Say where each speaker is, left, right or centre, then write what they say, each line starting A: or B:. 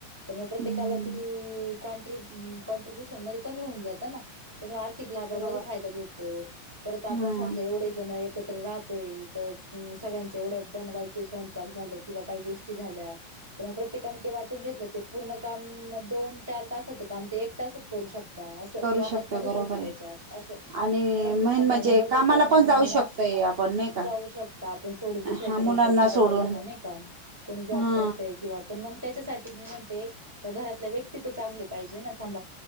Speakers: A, on the right; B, on the right.
A: तरम प्रत्येकाला
B: हम्म
A: ती कॉन्ट्री ब अं कॉन्ट्रिब्युशन मध्ये कमी होऊन जातना त्याच्यामुळे आर्थिक लाभामध्ये
B: बरोबर
A: फायदा भेट तो परत आपण
B: हम्म
A: समजा एवढेजन आता एकत्र राहतोय त अं सगळ्यांच एवढं बनवायचे स्वयंपाक झालं किंवा काही गोष्टी झाल्या तरम प्रत्येकाने ते वाटून घेतलं ते पूर्ण कामअ दोन चार तासाच काम ते एक तासात करू शक ता असं
B: करू
A: कामात
B: शकतोय
A: मदत
B: बरोबर
A: होते त्याच्यात
B: आहे
A: असं.
B: आणि
A: मुलांच्या
B: मेन
A: सांभाळण्यामध्ये
B: म्हणजे कामाला
A: पणअ
B: पण जाऊ शकतय आपण नाही का
A: जाऊ शकता आपण सोडू दुसऱ्याच्या
B: हा मुलांना
A: भरोश्यावर छोट
B: सोडून
A: मुलांना नाही का कोण त्याच्यासाठी
B: हा
A: मी म्हणते घरातल्या व्यक्ती तर चांगले पाहिजे न आपण